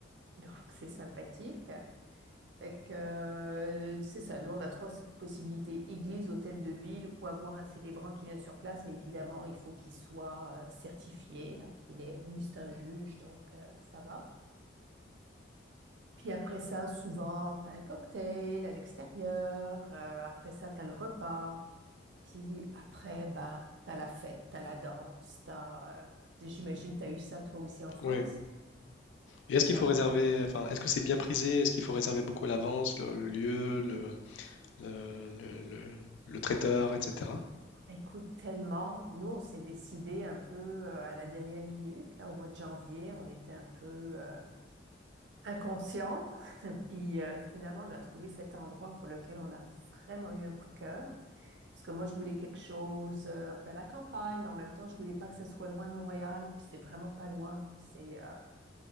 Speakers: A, on the right; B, on the left.
A: Donc, c'est sympathique. Fait que, euh, c'est ça, nous on a trois possibilités, église, hôtel de ville ou avoir un célébrant qui vient sur place, mais évidemment il faut qu'il soit euh, certifié, là, qu'il est, lui c'est un juge, donc euh, ça va. Puis après ça, souvent, t'as un cocktail à l'extérieur, euh, après ça, t'as le repas, puis après, bah, t'as la fête, t'as la danse, t'as, euh, j'imagine t'as eu ça toi aussi en France,
B: Oui. Et
A: c'est
B: est-ce
A: ça?
B: qu'il faut réserver, enfin, est-ce que c'est bien prisé? Est-ce qu'il faut réserver beaucoup à l'avance le, le lieu, le, le, le- le- le traiteur, etc.
A: Écoute, tellement. Nous, on s'est décidé un peu euh, à la dernière minute. Là, au mois de janvier, on était un peu euh, inconscients. <laughs> Puis euh, finalement, on a trouvé cet endroit pour lequel on a vraiment eu un coup de cœur. Parce que moi, je voulais quelque chose euh, un peu à la campagne, mais en même temps, je voulais pas que ça soit loin de Montréal. Puis c'est vraiment pas loin. C'est euh,